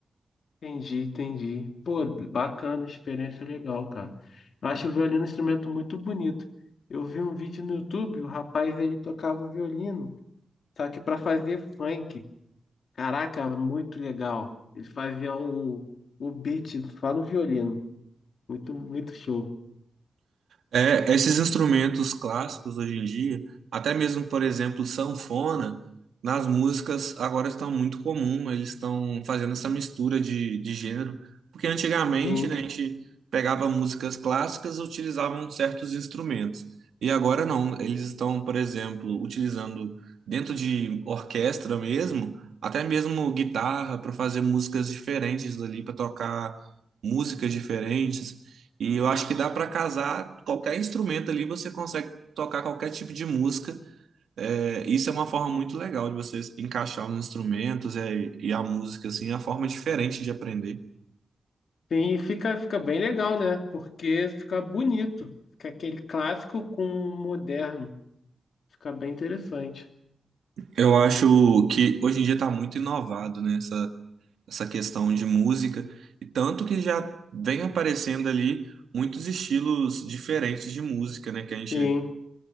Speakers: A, on the left; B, on the right.
A: Entendi, entendi. Pô, bacana, experiência legal, cara. Eu acho o violino um instrumento muito bonito. Eu vi um vídeo no YouTube, o rapaz ele tocava violino, só que para fazer funk. Caraca, muito legal. Ele fazia o, o beat só no violino. Muito, muito show.
B: É, esses instrumentos clássicos hoje em dia, até mesmo, por exemplo, sanfona, nas músicas agora estão muito comum, eles estão fazendo essa mistura de, de gênero, porque antigamente,
A: Sim.
B: né, a gente pegava músicas clássicas e utilizavam certos instrumentos, e agora não, eles estão, por exemplo, utilizando dentro de orquestra mesmo, até mesmo guitarra para fazer músicas diferentes ali, para tocar músicas diferentes, e
A: Aham.
B: eu acho que dá para casar qualquer instrumento ali, você consegue tocar qualquer tipo de música. É, isso é uma forma muito legal de você encaixar os instrumentos e, e a música, assim, é a forma diferente de aprender.
A: Sim, e fica, fica bem legal, né? Porque fica bonito. Fica aquele clássico com o moderno. Fica bem interessante.
B: Eu acho que hoje em dia está muito inovado, né, essa, essa questão de música, e tanto que já vem aparecendo ali muitos estilos diferentes de música, né, que a gente
A: Sim.